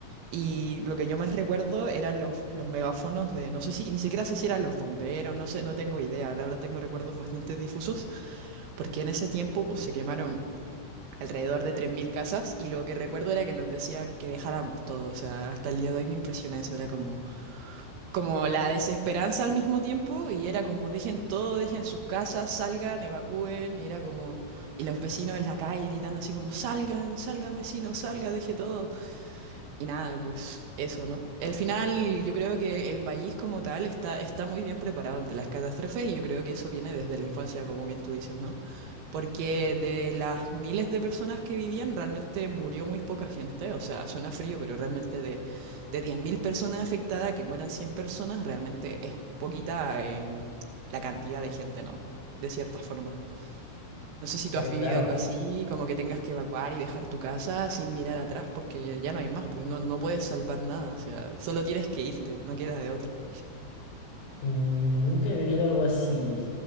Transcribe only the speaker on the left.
Pero
claro.
Mm, Nunca he vivido algo así.